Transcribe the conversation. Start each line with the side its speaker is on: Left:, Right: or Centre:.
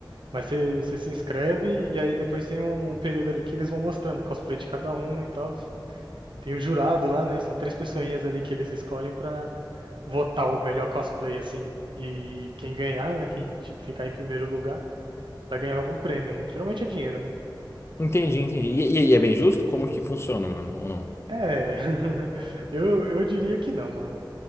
Right: Mas você, você se inscreve e aí depois tem um, um período ali que eles vão mostrando o cosplay de cada um e tal. Tem o jurado lá, né? São três pessoinhas ali que eles escolhem pra. votar o melhor cosplay, assim. E quem ganhar, né? Quem ti- ficar em primeiro lugar, vai ganhar algum prêmio, né? Geralmente é dinheiro, né?
Left: Entendi, entendi. E, e, e é bem justo? Como que funciona, mano? Ou não?
Right: É, <laughs> eu, eu diria que não, mano.